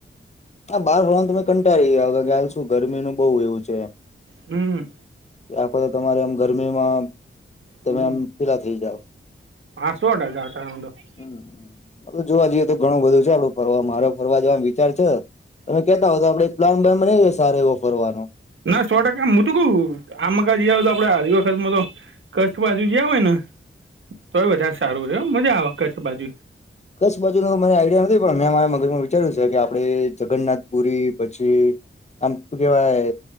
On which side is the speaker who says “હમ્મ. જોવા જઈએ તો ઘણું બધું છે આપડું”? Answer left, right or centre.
Left